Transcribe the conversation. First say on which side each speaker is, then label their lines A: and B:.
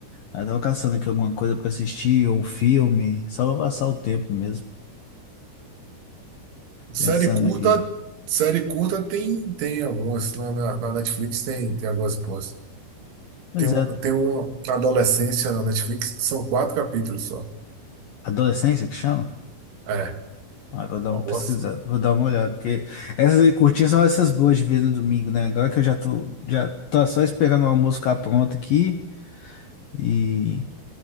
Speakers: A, on the left (about 70°); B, on the right (about 70°).
A: Aí eu tava caçando aqui alguma coisa pra assistir, ou um filme, só pra passar o tempo mesmo,
B: Série
A: pensando
B: curta,
A: aqui.
B: série curta tem, tem algumas. Na, na, na Netflix tem, tem algumas boas.
A: pois
B: Tem, um-
A: é,
B: tem uma Adolescência na Netflix, que são quatro capítulos só.
A: adolescência que chama?
B: É,
A: Ah, vou dar
B: é uma
A: uma
B: boa.
A: pesquisada,
B: s-
A: vou dar uma olhada, porque essas aí curtinhas são essas boas de ver no domingo, né? Agora que eu já tô, já tô só esperando o almoço ficar pronto aqui e.